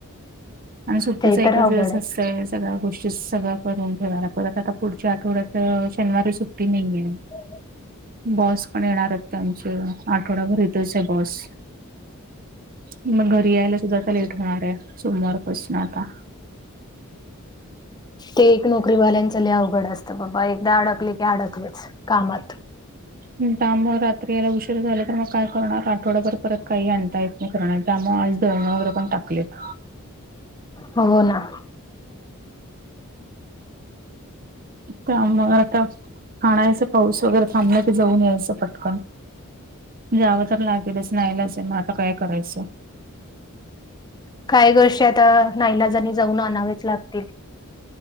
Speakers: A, on the right; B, on the left.
A: आणि सुट्टीचा
B: ते
A: एक
B: तर अवघड
A: दिवस
B: आहे
A: असतयच. सगळ्या गोष्टी सगळं करून ठेवायला पर आता आता पुढच्या आठवड्यात शनिवारी सुट्टी नाहीयाय.
B: <inaudible>
A: बॉस पण येणार आहेत आमचे आठवडाभर इथच आहे बॉस. मग घरी यायला सुधा आता लेट होणार आहे सोमवारपासण आता.
B: ते एक नोकरी वाल्यांच लय अवघड असतं बाबा एकदा अडकले की अडकलच कामात.
A: त्यामुळे रात्री यायला उशीर झाला तर मग काय करणार आठवडाभर परत काही आणता येत त्यामुळे आज दळण वगैरे पण टाकलेत.
B: हो ना.
A: ते आम्हाला आता आणायचं पाऊस वगैरे थांबलाय ते जाऊन यायचं पटकन. जावं तर लागेलच नाईलाजाय मग आता काय करायचं?
B: काय ग शता नाईलाजाणी जाऊन आणावेच लागतील.